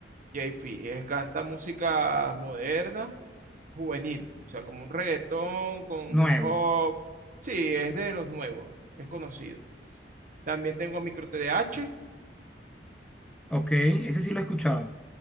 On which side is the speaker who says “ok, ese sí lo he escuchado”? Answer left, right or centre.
Centre